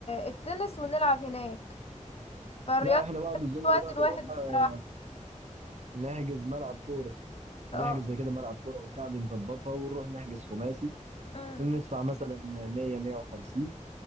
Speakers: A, on the left; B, on the right.
A: التنس ونلعب هناك فالرياضة
B: لا احنا بعض الزملاء
A: في الوقت
B: بقى
A: الواحد
B: بنروح
A: الصراحة
B: آه، نحجز ملعب كورة بنحجز
A: اه
B: زي كده ملعب كورة وبتاع بنظبطها ونروح نحجز خماسي
A: أم،
B: ندفع مثلا 100 150